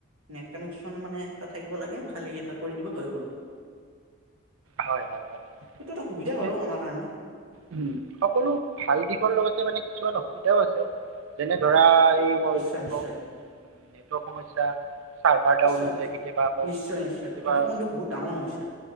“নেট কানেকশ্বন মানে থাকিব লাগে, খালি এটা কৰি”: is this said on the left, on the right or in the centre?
Right